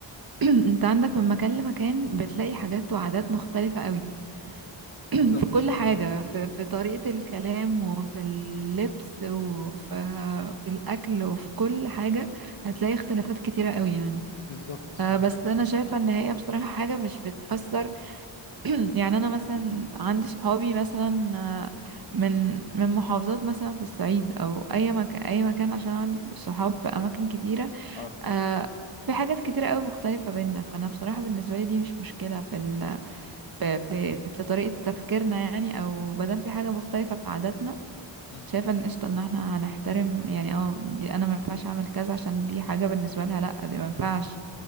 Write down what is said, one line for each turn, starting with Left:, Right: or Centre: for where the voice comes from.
Right: <clears throat> انت عندك من مكان لمكان بتلاقي حاجات وعادات مختلفه قوي <clears throat>
Left: بالظبط
Right: في كل حاجة في, في طريقة الكلام وفي اللبس وفي في الأكل وفي كل حاجة هتلاقي اختلافات كتيرة قوي يعني
Left: بالظبط
Right: آه،
Left: بالظبط
Right: بس أنا شايفة إن هي بصراحة حاجة مش بتأثر <clears throat> يعني أنا مثلا عندي صحابي مثلا آه، من من محافظات مثلا في الصعيد أو أي مكان أي مكان عشان عندي صحاب في أماكن كتيرة
Left: اه
Right: آه، في حاجات كتيرة قوي مختلفة بينا فأنا بصراحة بالنسبة لي دي مش مشكلة في في في في طريقة تفكيرنا يعني او مادام في حاجة مختلفة في عاداتنا
Left: أمم.
Right: شايفة ان قشطة ان احنا هنحترم يعني اه دي انا ما ينفعش اعمل كذا عشان دي حاجة بالنسبة لها لا دي ما ينفعش